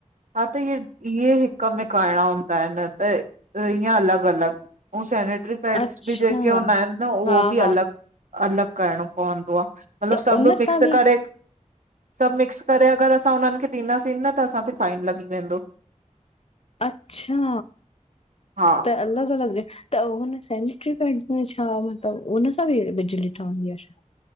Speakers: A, on the right; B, on the left.
A: हा त इहे इहे हिकु में करणां हुंदा आहिनि त इअं अलॻि अलॻि। अंउ सैनेटरी पैड्स
B: अच्छा
A: ॿि जेके हूंदा ऐनि न, उहो
B: हा
A: ॿि
B: हा
A: अलॻि। अलॻि करिणो पवन्दो आ। मतिलबु
B: त
A: सभु
B: उन
A: मिक्स
B: सां बि
A: करे सभु मिक्स करे अगरि असां हुननि खे ॾींदासीं न, त असांते फाइन लॻी वेंदो।
B: अच्छा!
A: हा
B: त अलॻि अलॻि रि त उन्ह सैनेटरी पैॾस में छा मतिलबु, उन्ह सां ॿि बिजली ठहंदी आ शा?